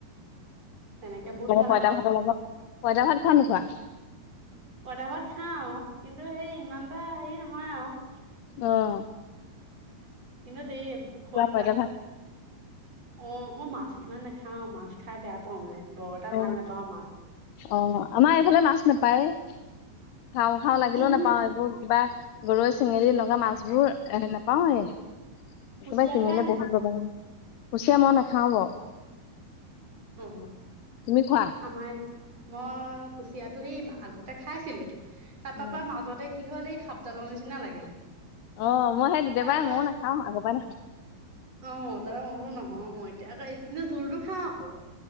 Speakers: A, on the right; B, on the left.
A: তেনেকে বহুত ভাল। লাগে
B: পইতা
A: আৰু
B: ভাতৰ লগত পইতা ভাত খোৱা নোখোৱা।
A: প‌ইতাভাত খাওঁ আৰু কিন্তু সেই ইমান এটা হেৰি নহয় আৰু
B: অহ
A: ইনতে এইে খৰিচা
B: পঁইতা ভাত
A: অ, মই মাছ ইমান নাখাওঁ, মাছ খাই বেয়া পাওঁ মানে, বৰ এটা
B: অ
A: ভাল নেপাওঁ মাছ
B: অ আমাৰ এইফালে মাছ নাপায়ে, খাওঁ খাওঁ লাগিলেও
A: উম
B: নাপাওঁ এইবোৰ কিবা। গৰৈ চেঙেলী এনেকুৱা মাছবোৰ এ নাপাওঁৱেই। একেবাৰে
A: কুচিয়া
B: কিনিলে
A: খাই নাই
B: বহুত পাব। কুচিয়া মই নাখাও ব।
A: অ
B: তুমি খোৱা
A: আমাৰ মই কুচিয়াটো সেই আগতে খাইছিলো তাৰ পা
B: উম।
A: পা মাজতে কি হ'ল এই সাপডালৰ নিচিনা লাগিলে
B: অ মই সেই তেতিয়াপায়
A: তাৰপা
B: মইও নাখাওঁ আগৰ পৰাই নাখাওঁ।
A: অ তাৰপৰা মই বোলো নহওঁ মই এতিয়া আকৌ কিন্তু জোলটো খাওঁ আকৌ।